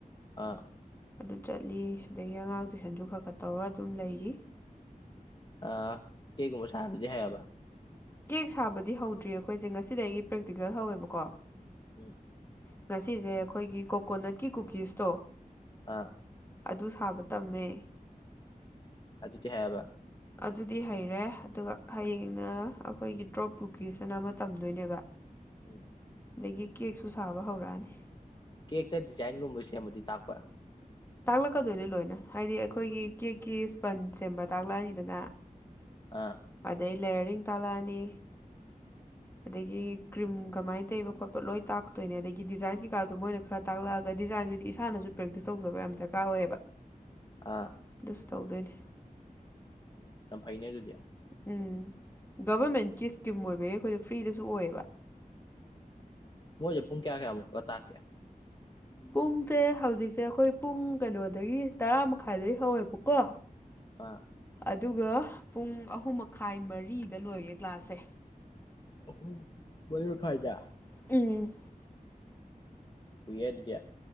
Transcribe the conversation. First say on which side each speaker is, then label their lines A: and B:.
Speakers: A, on the left (about 30°); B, on the left (about 15°).
A: ꯑꯥ
B: ꯑꯗꯨ ꯆꯠꯂꯤ ꯑꯗꯒꯤ ꯑꯉꯥꯡ ꯇꯨꯏꯁꯟꯁꯨ ꯈꯔ ꯈꯔ ꯇꯧꯔ ꯑꯗꯨꯝ ꯂꯩꯔꯤ
A: ꯑꯥ ꯀꯦꯛꯒꯨꯝꯕ ꯁꯥꯕꯗꯤ ꯍꯩꯔꯕ
B: ꯀꯦꯛ ꯁꯥꯕꯗꯤ ꯍꯧꯗ꯭ꯔꯤ ꯑꯈꯣꯏꯁꯦ ꯉꯁꯤ ꯗꯒꯤ ꯄ꯭ꯔꯦꯛꯇꯤꯀꯦꯜ ꯍꯧꯋꯦꯕꯀꯣ
A: ꯎꯝ
B: ꯉꯁꯤꯁꯦ ꯈꯣꯏꯒꯤ ꯀꯣꯀꯣꯅꯠꯀꯤ ꯀꯨꯀꯤꯁꯇꯣ
A: ꯑꯥ
B: ꯑꯗꯨ ꯁꯥꯕ ꯇꯝꯃꯦ
A: ꯑꯗꯨꯗꯤ ꯍꯩꯔꯕ
B: ꯑꯗꯨꯗꯤ ꯍꯩꯔꯦ ꯑꯗꯨꯒ ꯍꯌꯦꯡꯅ ꯑꯩꯈꯣꯏꯒꯤ ꯗ꯭ꯔꯣꯞ ꯀꯨꯀꯤꯁ ꯑꯅ ꯑꯃ ꯇꯝꯗꯣꯏꯅꯦꯕ
A: ꯎꯝ
B: ꯑꯗꯒꯤ ꯀꯦꯛꯁꯨ ꯁꯥꯕ ꯍꯧꯔꯛꯑꯅꯤ
A: ꯀꯦꯛꯇ ꯗꯤꯖꯥꯏꯟꯒꯨꯝꯕ ꯁꯦꯝꯕꯗꯤ ꯇꯥꯛꯄꯔꯥ
B: ꯇꯥꯛꯂꯛꯀꯗꯣꯏꯅꯤ ꯂꯣꯏꯅ ꯍꯥꯏꯗꯤ ꯑꯩꯈꯣꯏꯒꯤ ꯀꯦꯛꯀꯤ ꯁꯄꯟꯁ ꯁꯦꯝꯕ ꯇꯥꯛꯂꯛꯑꯅꯤꯗꯅ
A: ꯑꯥ
B: ꯑꯗꯩ ꯂꯦꯌꯔꯤꯡ ꯇꯥꯂꯛꯑꯅꯤ ꯑꯗꯒꯤ ꯀ꯭ꯔꯤꯝ ꯀꯃꯥꯏꯅ ꯇꯩꯕ ꯈꯣꯠꯄ ꯂꯣꯏ ꯇꯥꯛꯇꯣꯏꯅꯦ ꯑꯗꯒꯤ ꯗꯤꯖꯥꯏꯟ ꯀꯩꯀꯥꯁꯨ ꯃꯣꯏꯅ ꯈꯔ ꯇꯥꯛꯂꯛꯑꯒ ꯗꯤꯖꯥꯏꯟꯗꯨꯗꯤ ꯏꯁꯥꯅꯁꯨ ꯄ꯭ꯔꯦꯛꯇꯤꯁ ꯇꯧꯖ ꯕ ꯌꯥꯝ ꯗ꯭ꯔꯀꯥꯔ ꯑꯣꯏꯌꯦꯕ
A: ꯑꯥ
B: ꯗꯨꯁꯨ ꯇꯧꯗꯣꯏꯅꯤ
A: ꯌꯥꯝ ꯐꯩꯅꯦ ꯑꯗꯨꯗꯤ
B: ꯎꯝ ꯒꯚꯔꯃꯦꯟꯀꯤ ꯁ꯭ꯀꯤꯝ ꯑꯣꯏꯕꯒꯤ ꯈꯣꯏꯗꯣ ꯐ꯭ꯔꯤꯗꯁꯨ ꯑꯣꯏꯌꯦꯕ
A: ꯃꯣꯏꯁꯦ ꯄꯨꯡ ꯀꯌꯥ ꯀꯌꯥꯃꯨꯛꯀ ꯇꯥꯛꯀꯦ
B: ꯄꯨꯡꯁꯦ ꯍꯧꯖꯤꯛꯁꯦ ꯑꯈꯣꯏ ꯄꯨꯡ ꯀꯩꯅꯣꯗꯒꯤ ꯇꯔꯥ ꯃꯈꯥꯏꯗꯒꯤ ꯍꯧꯋꯦꯕꯀꯣ
A: ꯑ
B: ꯑꯗꯨꯒ ꯄꯨꯡ ꯑꯍꯨꯝ ꯃꯈꯥꯏ ꯃꯔꯤꯗ ꯂꯣꯏꯌꯦ ꯀ꯭ꯂꯥꯁꯁꯦ
A: ꯑꯍꯨꯝ ꯃꯔꯤ ꯃꯈꯥꯏꯗ
B: ꯎꯝ
A: ꯀꯨꯏꯍꯦ ꯑꯗꯨꯗꯤ